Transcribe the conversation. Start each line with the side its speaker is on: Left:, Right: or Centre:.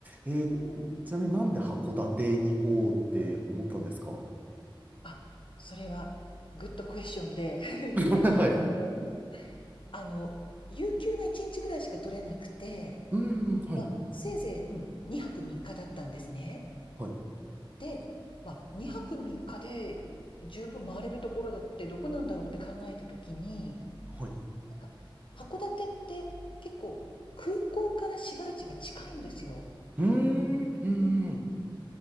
Right: えーちなみになんで函館に行こうって思ったんですか
Left: うん。あ、それはグッドクエスチョンで <laughs>
Right: <laughs> はい。
Left: あの、あの、有給が1日ぐらいしか取れなくて、
Right: うーん、はい、
Left: まあ、せいぜい、うん、2泊3日だったんですね。
Right: はい、
Left: で、まあ、2泊3日で十分回れるところだってどこなんだろうって考えた時に、
Right: はい。
Left: なんか函館って結構空港から市街地が近いんですよ。
Right: うーん、うーん。
Left: うんうん